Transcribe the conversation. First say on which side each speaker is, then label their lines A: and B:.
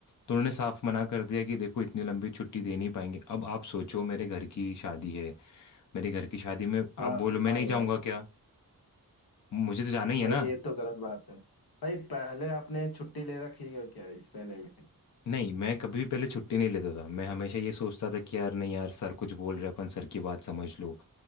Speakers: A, on the left; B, on the left.
A: तो उन्होंने साफ मना कर दिया कि देखो इतनी लंबी छुट्टी दे नहीं पाएंगे अब आप सोचो मेरे घर की शादी है मेरे घर की शादी में आप
B: हाँ
A: बोलो मैं
B: हाँ
A: नहीं
B: यार
A: जाऊँगा क्या मुझे तो जाना ही है
B: भाई
A: ना
B: ये तो गलत बात है भाई पहले आपने छुट्टी ले रखी है क्या इस महीने में
A: नहीं मैं कभी भी पहले छुट्टी नहीं लेता था मैं हमेशा ये सोचता था कि यार नहीं यार सर कुछ बोल रहे हैं, अपन सर की बात समझ लो